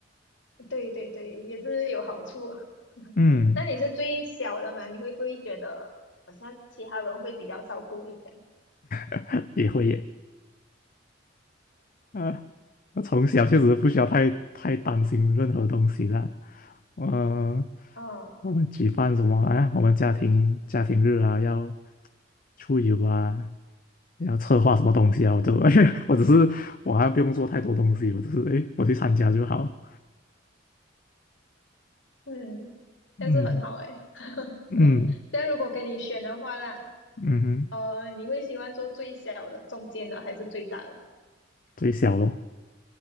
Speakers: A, on the left; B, on the left.
A: 对对对，也是有好处啊。
B: 嗯，
A: 那你是最小的嘛？你会不会觉得好像其他人会比较照顾你这样？
B: <laughs> 也会耶。呃，我从小确实不需要太太担心任何东西啦。嗯，
A: 嗯。
B: 我们举办什么啊？我们家庭家庭日啊，要出游啊，要策划什么东西啊？我就 <laughs> 我只是我还不用做太多东西，我只是诶，我去参加就好。
A: 嗯但是很好诶。
B: 嗯
A: 欸 <laughs>
B: 嗯
A: 但如果跟你选的话啦，
B: 嗯哼，
A: 呃，你会喜欢做最小的、中间的还是最大的？
B: 最小咯。